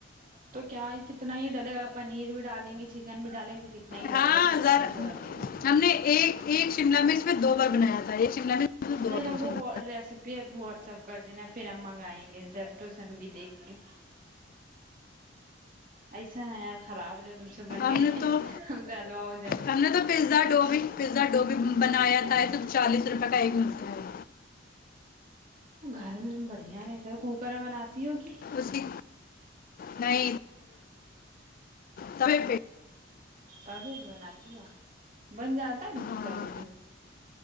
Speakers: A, on the right; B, on the left.
A: تو کیا ہے کتنا ہی ڈالے گا پنیر بھی ڈالیں گے چکن بھی ڈالیں گے تو کتنا ہی ڈلے
B: ہاں
A: گا تھوڑا
B: سر
A: ہی سے ڈلے گا
B: ہم نے ایک ایک شملہ میں میں دو بار بنایا تھا ایک شملہ میں مرچ دو
A: نہیں
B: بار
A: ت
B: بنایا
A: کو
B: تھا۔ ہاں
A: ریسیپی واٹس ایپ کر دینا پھر ہم منگائیں گے زیپٹ سبیدت دیک کے ایسا ہے یار خراب ہو جائے تم سے بن گئے
B: ہم نے تو
A: ہم سےلوا ہو جائے
B: ہم نے تو پیزا ڈو بھی پیزا ڈو بھی بنایا تو چالیس روپے کا ایک ملتا ہے
A: گھر میں تم بڑھیا رہتا ہے کوکر میں بناتے تیوگی
B: اسی نہیں تب پی
A: تبیعت بناتی ہے بن جاتا ہے تم
B: ہاں
A: سے تبیت